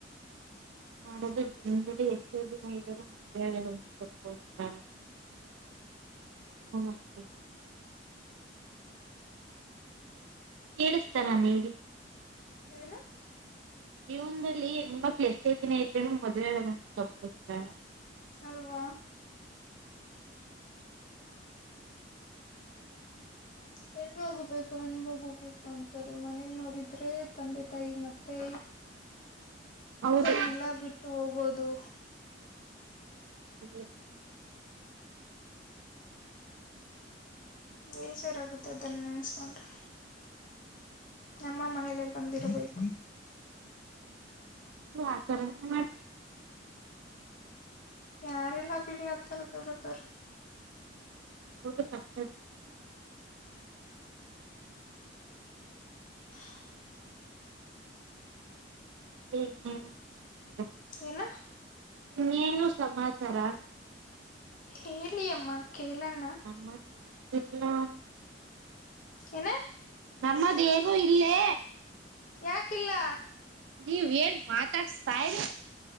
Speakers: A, on the right; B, on the left.
A: ಮಾಡದು ದಿನ ಬಿ ಎಷ್ಟೇ ದಿ ಇದ್ದಾರೆ ಮದ್ತ ತೋದು. ಎನ ಅ <unintelligible> ಕೇಳಿಸ್ತಲ್ಲ ನೀ.
B: ಏನು.
A: ಜೀವನದಲ್ಲಿ ಹೆಣ್ಮ ಮಕ್ಳ ಎಷ್ಟೇ ದಿನ ಇದ್ರೆನು ಮದ್ವೆ ನ <unintelligible>
B: ಅಲ್ವಾ. ಹೆಣ್ಣು ಹೋಗಬೇಕು ಹೆಣ್ಣ್ಗ್ಬೇಕು ಅಂತಾರೆ ಮನೇಲಿ ನೋಡಿದ್ರೆ ತಂದೆ ತಾಯಿ ಮತ್ತೆ.
A: ಹೌದು
B: ಹನ್ನೆಲ್ಲ ಬಿಟ್ಟು ಹೋಗೋದು.
A: ಎಷ್ಟಷ್ಟ.
B: ಬೇಜಾರ ಆಗುತ್ತೆ ಅದನ್ನ ನೆನ್ಸ್ಕೊಂಡ್ರಿ. ನಮ್ಮ ಮನೇಲ್ಲ ಬಂದಿರ್ಬೇಕು.
A: ಹ್ಮ ಆತರ ಮಾಡ.
B: ಯಾರೆಲ್ಲ ಬಿಡಿ ಹತ್ತರ ದಡದರ್.
A: <unintelligible> ಕಷ್ಟ.
B: <inaudible>
A: ಅ <unintelligible>
B: ಏನ
A: ನೀನು ಸಮಮಾಚಾರಾ.
B: ಹೇಳಿ ಅಮ್ಮ ಕೇಳಣ.
A: ನನ್ <unintelligible>
B: ಎನ.
A: ನಮ್ಮ ದೇವ ಇಲ್ಲೇ.
B: ಯಾಕಿಲ್ಲ.
A: ನೀವ್ ಏನ್ ಮಾತಾಡ್ಸ ಸಾರಿ